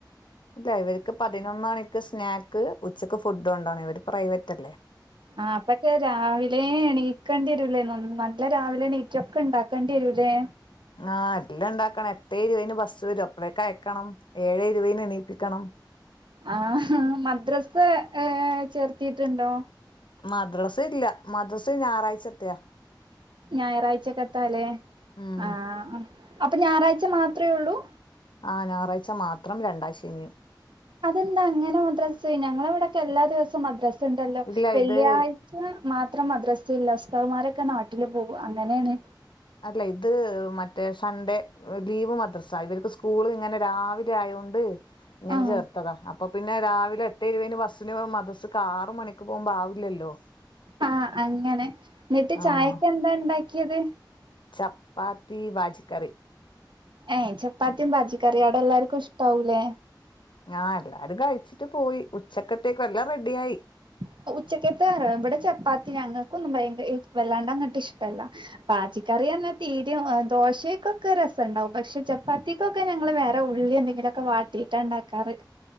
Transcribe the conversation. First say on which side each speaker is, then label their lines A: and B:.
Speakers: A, on the left; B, on the right.
A: ഇല്ല ഇവർക്ക് പതിനൊന്ന് മണിക്ക് സ്നാക്ക് ഉച്ചക്ക് ഫുഡ് കൊണ്ടാണം ഇവര് പ്രൈവറ്റ് അല്ലേ
B: ആ അപ്പൊക്കെ രാവിലേ എണീക്കേണ്ടി വരൂല്ലേ നല്ല രാവിലെ എണീറ്റൊക്കെണ്ടാക്കേണ്ടി വരു ലേ
A: ആ എല്ലംണ്ടാക്കണം എട്ടേ ഇരുവേന് ബസ്സ് വരും അപ്പഴേക്ക അയക്കണം ഏഴ് ഇരുവേന് എണീപ്പിക്കണം
B: ആ മദ്രസ് ഏ ചേർത്തീട്ടുണ്ടോ
A: മദ്രസ് ഇല്ല മദ്രസ് ഞായറാഴ്ചത്തെയ
B: ഞായറാഴ്ചക്കത്താലേ
A: ഉം
B: ആ അപ്പൊ ഞായറാഴ്ച മാത്രേ ഉള്ളൂ?
A: ആ ഞായറാഴ്ച്ച മാത്രം രണ്ടാം ശെനിയും
B: അതെന്താ അങ്ങനെ മദ്രാസ് ഞങ്ങളെവിടൊക്കെ എല്ലാ ദിവസവും മദ്രാസ് ണ്ടല്ലോ
A: ഇല്ല
B: വെള്ളിയാഴ്ച
A: ഇത്
B: മാ മാത്ര മദ്റസയില്ല ഉസ്താത്മാരൊക്കെ നാട്ടില് പോകും അങ്ങനെയാണ്.
A: അല്ല. ഇത്, മറ്റേ സൺഡേ ലീവ് മദ്രസ ഇവർക്ക് സ്കൂൾ ഇങ്ങനെ രാവിലെ ആയേണ്ട്. ഇങ്ങനെ
B: ആഹ്
A: ചേർത്തതാ, അപ്പൊ പിന്നെ രാവിലെ എട്ടെ ഇരുവയിന്ന് ബസിന് മദ്റസക്ക് ആറ് മണിക്ക് പോകുമ്പേ ആവില്ലല്ലോ
B: ആ. അങ്ങനെ, ന്നിട്ട്
A: ആഹ്
B: ചായക്കെന്താ ഇണ്ടാക്കിയത്
A: ചപ്പാത്തി വാജിക്കറി
B: ഏയ് ചപ്പാത്തിയും വാജിക്കറിയും അവിടെ എല്ലാർക്കും ഇഷ്ടാവൂലേ
A: ആ എല്ലാരും കഴിച്ചിട്ട് പോയി, ഉച്ചക്കത്തേക്ക് എല്ലാം റെഡിയ ആയി.
B: അതെ <inaudible> ഉച്ചക്കത്ത ഇവിടെ ചപ്പാത്തി ഞങ്ങൾക്കൊന്നും ഭയങ്കര വെല്ലാണ്ട അങ്ങെണ്ട് ഇഷ്ടല്ല വാജിക്കറി ക്ക്വന്നും തീരിം ദോശക്കൊക്കെ രസണ്ടാവും പക്ഷെ ചപ്പാത്തിക്കൊക്കെ ഞങ്ങൾ വേറെ ഉള്ളി എന്തെങ്കിലെക്കെ വാട്ടീട്ടാണ്ടാക്കാറ്